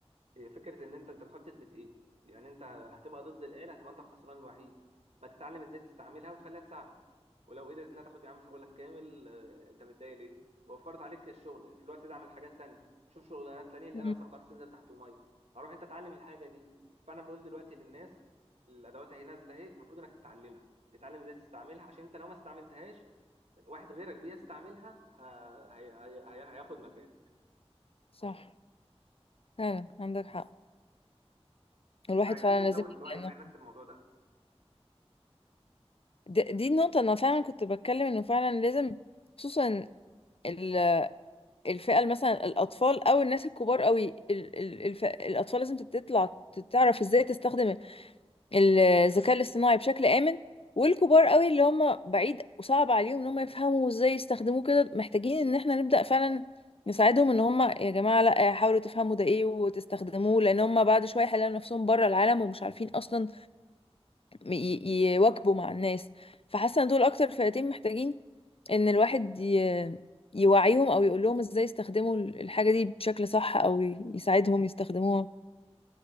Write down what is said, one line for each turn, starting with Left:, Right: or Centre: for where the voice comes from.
Right: هي فكره ان انت انت بتحاول تثبت ايه يعني انت هتبقى ضد الاله هتبقى انت الخسران الوحيد ما تتعلم ازاي تستعملها وتخليها تساعدك ولو قدرت انها تاخد يا عم شغلك كامل آه، انت متضايق ليه وفرت عليك الشغل في الوقت ده اعمل حاجات تانية شوف شغلانات تانية الاله
Left: مم.
Right: مثلا ما تعرفش تنزل تحت الميه فروح انت اتعلم الحاجه دي فاحنا بنقول دلوقتي للناس الادوات اهي نازله اهي المفروض انك تتعلمها تتعلم ازاي تستعملها عشان انت لو ما استعملتهاش واحد غيرك بيستعملها ه- هي- هي- هي- هياخد مكانك
Left: صح فعلا عندك حق الواحد
Right: احنا عايزين
Left: فعلا
Right: نزود
Left: لازم يبدأ
Right: الوعي بتاع الناس
Left: إنه-
Right: في الموضوع ده
Left: د- دي النقطة أنا فعلا كنت بتكلم إنه فعلا لازم خصوصا ال- الفئة مثلا الأطفال أو الناس الكبار قوي ال- ال- الف- الأطفال لازم تطلع تعرف إزاي تستخدم الذكاء الاصطناعي بشكل آمن والكبار قوي اللي هم بعيد وصعب عليهم إن هم يفهموا إزاي يستخدموه كده محتاجين إن إحنا نبدأ فعلا نساعدهم ان هم يا جماعه لا حاولوا تفهموا ده ايه وتستخدموه لان هم بعد شويه هيلاقوا نفسهم بره العالم ومش عارفين اصلا م- ي- يواكبوا مع الناس فحاسه ان دول اكتر فئتين محتاجين ان الواحد ي- يوعيهم او يقول لهم ازاي يستخدموا ال- الحاجه دي بشكل صح او ي- يساعدهم يستخدموها